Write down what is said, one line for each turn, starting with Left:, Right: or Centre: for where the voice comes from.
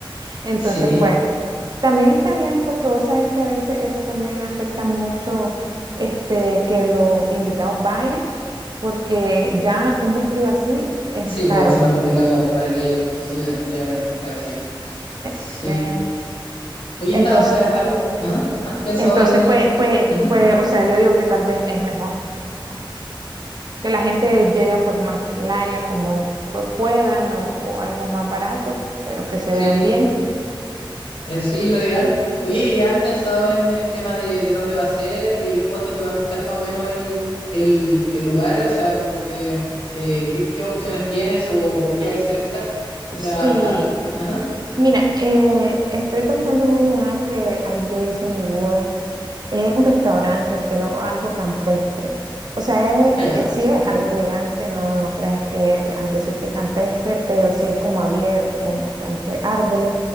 Right: Entonces,
Left: sí,
Right: pues, también está bien porque vos sabés que a veces eso también afecta mucho este, que los invitados vayan porque ya un vestido así es
Left: sí,
Right: más caro.
Left: pues va a ser más complicado para que lo consigan y la verdad es que es más caro, sí.
Right: Eh,
Left: Sí.
Right: eh,
Left: Oye,
Right: Entonces,
Left: está, eh, ¿has, ajá, ¿has pensado
Right: Entonces,
Left: en...?
Right: pues, pues,
Left: ujú,
Right: pues, o sea, yo digo que tal vez es mejor ah, que la gente llegue pues más laya como pues, puedan o, o algo más barato, pero que se
Left: Sí.
Right: vean bien.
Left: Eh, sí, lo ideal. Oye, ¿y ¿has pensado en el tema de, de dónde va a ser y cuánto te va a costar más o menos el, el, el lugar? O sea, como que, que- que- qué opciones tienes o, o qué hay cerca. Mira,
Right: Sí,
Left: ah, ajá,
Right: mira, eh, estoy pensando en un lugar que ahí yo hice mi boda Es un restaurante, pero algo campestre. O sea, es-
Left: allá.
Right: es- sí es algo elegante, no, no creas que al decirte campestre, pero sí es como abierto, con bastante árboles.